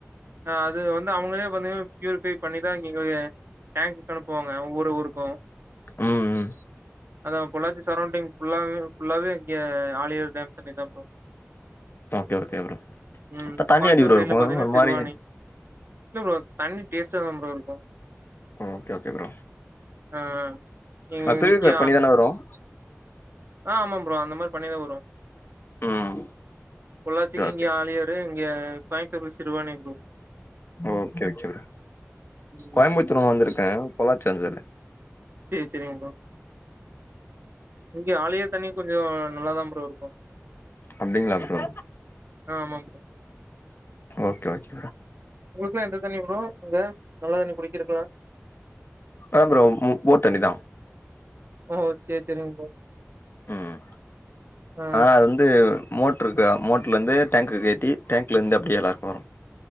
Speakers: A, on the right; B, on the left.
A: அது வந்து அவுங்களே வந்து பியூரிஃபை பண்ணிதா இவுங்க டேங்க்குக்கு அனுப்புவாங் ஊருக் ஊருக்கு
B: ம், ம்.
A: அதா பொள்ளாச்சி சரௌண்டிங் ஃபுல்லாவே ஃபுல்லாவே இங்க ஆழியார் டேம் தண்ணிதா ப்ரோ
B: ஓகே ஓகே ப்ரோ
A: ம்
B: த தண்ணி
A: கோயம்புத்தூர்
B: எப்படி ப்ரோ
A: சைட்ல
B: இருக்கும்?
A: பாத்தீங்கன்னா
B: ஒரு
A: சிறுவானி
B: மாரி
A: இல்ல ப்ரோ தண் டேஸ்ட்டா மாம்பளோ இருக்கு
B: ஓகே ஓகே ப்ரோ
A: ஆ இங்க
B: அதேத பண்ணிதானே வரும்
A: ஆ ஆமா ப்ரோ அந்த மாரி பண்ணிதா வரும்
B: ம்.
A: பொள்ளாச்சிக்கு
B: ஓகே, ஓகே.
A: இங்கயே ஆளியரு இங்க Coimbatore Siruvani bro
B: okay okay
A: ம்
B: கோயம்புத்தூர் ஒன்னு வந்திருக்கே பொள்ளாச்சி வந்ததுல்ல
A: செரி செரிங்கப்பா இங்க ஆளயே தண்ணி கொஞ்சம் நல்லாதா ப்ரோ இருக்கு
B: அப்டிங்களா ஓ
A: ஆ ஆமா ப்ரோ.
B: ஓகே ஓகே
A: உங்களுக்குலா எந்த தண்ணி ப்ரோ அங்க? நல்ல தண்ணி குடிக்கிறக்குலா?
B: ஆ ப்ரோ போர் தண்ணி தா
A: ஓ சேர் சேரிங் ப்ரோ
B: ம்
A: ஆ
B: ஆனா அது வந்து மோட்ருக்க மோட்ருலருந்து டேங்க்குக்கு ஏத்தி டேங்க்லேருந்து அப்படி எல்லாருக்கும் வரும்